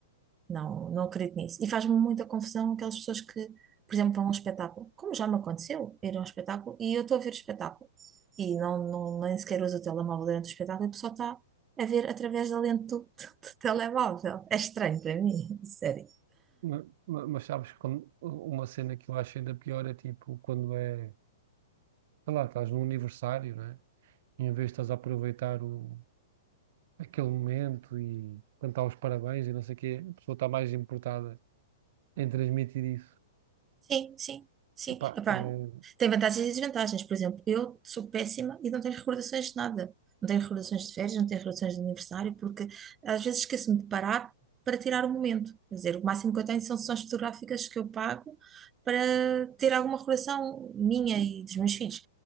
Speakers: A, on the right; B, on the right.
A: não, não acredito nisso. E faz-me muita confusão aquelas pessoas que, por exemplo, vão a um espetáculo, como já me aconteceu, ir a um espetáculo e eu estou a ver o espetáculo e não, não, nem sequer uso o telemóvel durante o espetáculo e a pessoa está. A ver através da lente do, <laughs> do telemóvel. É estranho para mim, <laughs> sério.
B: Mas, mas- mas sabes, quando, uma cena que eu acho ainda pior é tipo quando é, sei lá, estás num aniversário, né? E em vez de estás a aproveitar o, aquele momento e cantar os parabéns e não sei o quê, a pessoa está mais importada em transmitir isso.
A: Sim, sim, sim.
B: Epá,
A: Epá,
B: eh,
A: tem vantagens e desvantagens. Por exemplo, eu sou péssima e não tenho recordações de nada. Não tenho recordações de férias, não tenho recordações de aniversário, porque às vezes esqueço-me de parar para tirar o momento. Quer dizer, o máximo que eu tenho são sessões fotográficas que eu pago para ter alguma recordação minha e dos meus filhos.